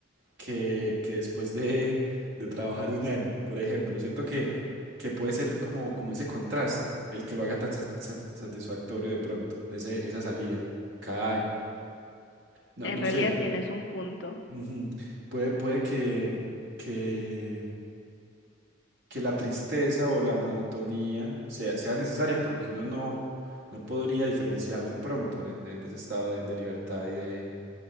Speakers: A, on the right; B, on the left.
A: que, que después de, de trabajar un año, por ejemplo? Siento que, que puede ser como, como ese contraste, el que lo haga tan sa- sa- satisfactorio de pronto, ese, esa salida cada año. No,
B: En
A: no
B: realidad
A: sé.
B: tienes un punto.
A: Ujú. Puede, puede que, que que la tristeza o la monotonía sea, sea necesaria porque uno no, no podría diferenciar de pronto de, de- de ese estado de, de libertad y de,